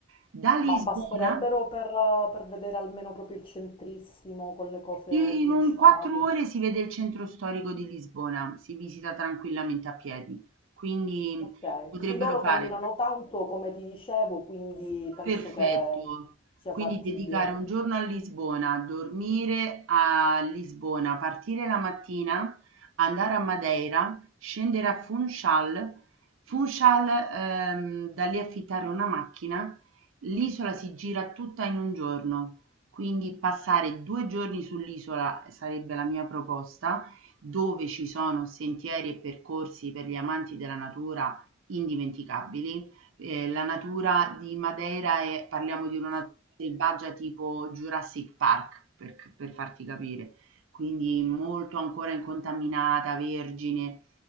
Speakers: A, on the right (about 85°); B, on the left (about 25°).
A: Da Lisbona
B: Ma basterebbero per, per vedere almeno proprio il centrissimo con le cose
A: In
B: principali.
A: un quattro ore si vede il centro storico di Lisbona, si visita tranquillamente a piedi, quindi
B: Ok,
A: potrebbero
B: sì, loro
A: fare
B: camminano tanto come ti dicevo, quindi penso
A: Perfetto.
B: che sia
A: Quindi
B: fattibile.
A: dedicare un giorno a Lisbona, dormire a Lisbona, partire la mattina, andare a Madeira, scendere a Funchal, Funchal, ehm, da lì affittare una macchina. L'isola si gira tutta in un giorno, quindi passare due giorni sull'isola sarebbe la mia proposta, dove ci sono sentieri e percorsi per gli amanti della natura indimenticabili Ehm, la natura di Madeira è parliamo di una natura selvaggia tipo Jurassic Park, per c per farti capire, quindi molto ancora incontaminata, vergine.